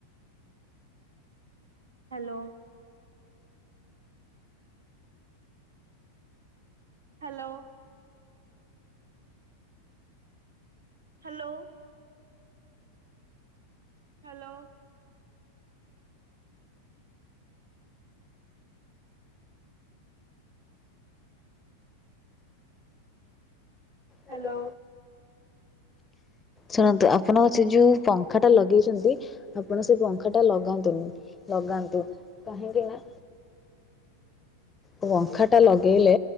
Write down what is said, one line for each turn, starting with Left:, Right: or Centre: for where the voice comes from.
Right: Hello. Hello. Hello. Hello. Hello
Left: Hello. ଶୁଣନ୍ତୁ ଆପଣଙ୍କ ସେ ଯୋଉ ପ ପଙ୍ଖା ଟା ଲଗେଇଛନ୍ତି ଆପଣ ସେ ପଙ୍ଖା ଟା ଲଗାନ୍ତୁନି ଲଗାନ୍ତୁ କାହିଁକି ନା ପଙ୍ଖା ଟା ଲଗେଇଲେ